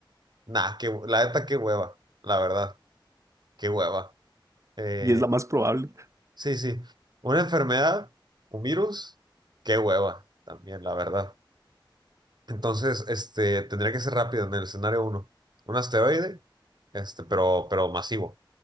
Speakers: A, on the right; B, on the right.
A: nah, que, la neta, qué hueva, la verdad, qué hueva. Eh,
B: Y es la más probable.
A: sí, sí, una enfermedad, un virus, qué hueva, también, la verdad. Entonces, este, tendría que ser rápido en el escenario uno. Un asteroide, este, pero, pero masivo.